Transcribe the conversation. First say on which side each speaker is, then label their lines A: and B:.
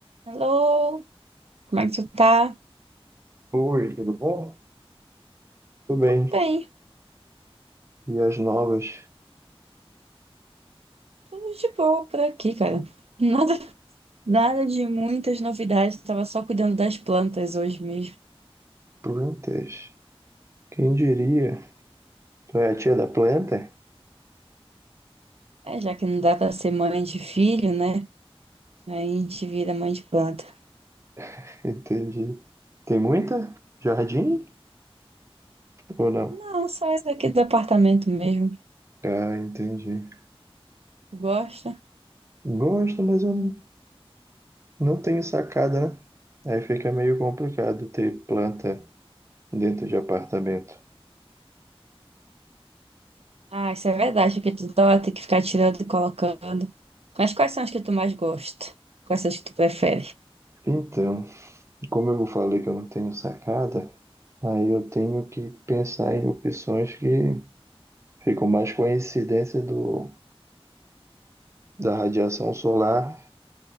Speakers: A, on the right (about 80°); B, on the right (about 30°).
A: Hello, como é que tu tá?
B: Oi, tudo bom? Tudo bem.
A: Tô bem,
B: E as novas
A: tudo de boa por aqui, cara. <laughs> Nada, nada de muitas novidades, tava só cuidando das plantas hoje mesmo.
B: plantas? Quem diria? Tu é a tia da planta?
A: É, já que não dá pra ser mãe de filho, né? Aí a gente vira mãe de planta.
B: <laughs> Entendi. Tem muita? Jardim? Ou não?
A: Não, só isso aqui do apartamento mesmo.
B: Ah, entendi.
A: Gosta?
B: Gosto, mas eu não não tenho sacada, né? Aí fica meio complicado ter planta dentro de apartamento.
A: Ah, isso é verdade, que tu dó, tem que ficar tirando e colocando. Mas quais são as que tu mais gosta? Quais são as que tu prefere?
B: Então, como eu falei que eu não tenho sacada, aí eu tenho que pensar em opções que ficam mais com a incidência do, da radiação solar